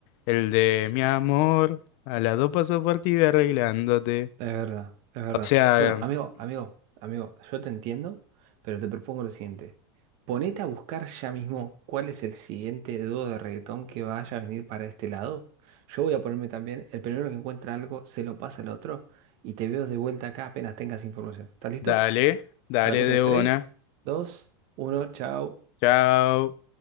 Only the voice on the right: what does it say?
Es verdad, es verdad.
Bueno, amigo, amigo, amigo, yo te entiendo, pero te propongo lo siguiente. Ponete a buscar ya mismo cuál es el siguiente dúo de reggaetón que vaya a venir para este lado. Yo voy a ponerme también, el primero que encuentra algo, se lo pasa al otro y te veo de vuelta acá apenas tengas información. ¿Estás listo?
A la cuenta
de tres,
dos, uno. chao.